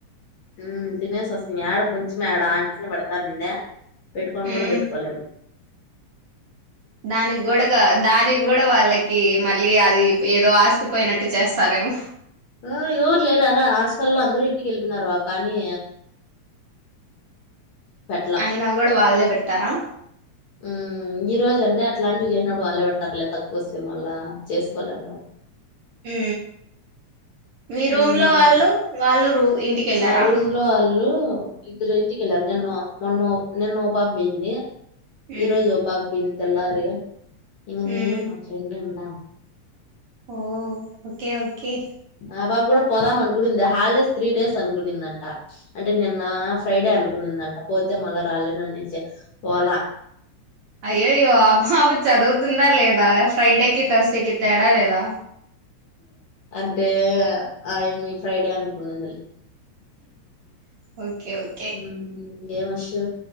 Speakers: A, on the left (about 65°); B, on the right (about 70°).
A: ఊ తినేసి వస్తమి ఆడ కొంచెం ఆడ ఆంటిని పెడతానిందే పెట్టుకోను కూడా
B: ఉమ్
A: పెట్టుకోలేం
B: దానికి కూడా కా దానికి కూడా వాళ్ళ కి మళ్ళీ అది ఏదో ఆస్తి పోయినట్టు చేస్తారేమో
A: ఆ ఎవరు లేరునా హాస్టల్లో అందరు ఇంటికి వెళ్ళపోనారు కానీ పెట్లా
B: అయినా కూడా వాళ్లే బెడతారా
A: ఊ ఈ రోజు అంటే అట్లాంటివి చేయనప్పుడు వాళ్ళ పెడతారులే తక్కువ వస్తే మళ్ళా చేసుకోలేరుగా
B: ఊ మీ రూమ్
A: ఉమ్
B: లో వాళ్ళు వాళ్ళు రూ ఇంటికి వెళ్ళారా
A: మా రూమ్ లో వాళ్ళు ఇద్దరు ఇంటకెళ్ళారు నిన్న మొన్నో నిన్నో బాబయింది
B: మ్మ్
A: ఈ రోజు ఓ పాక్ బిన్ తెల్లారి ఇంక
B: మ్మ్
A: నేను మా ఫ్రెండ్ ఉండామ్
B: ఓ ఓకే ఓకే
A: ఆ పాప కూడా పోదాం అనుకునింద హాలిడేస్ త్రీ డేస్ అనుకునిందంట అంటే నిన్న ఫ్రైడే అనుకునిందంట పోత్ తే మలా రాలేననేసి పోలా
B: అయ్యోయ్యో ఆపాప చదువుతుందా లేదా ఫ్రైడేకి థర్స్డేకి తేడా లేదా
A: అంటే ఆ ఏమి ఫ్రైడే అనుకున్నంది మళ్ళీ
B: ఓకే ఓకే
A: ఊ ఏం అషు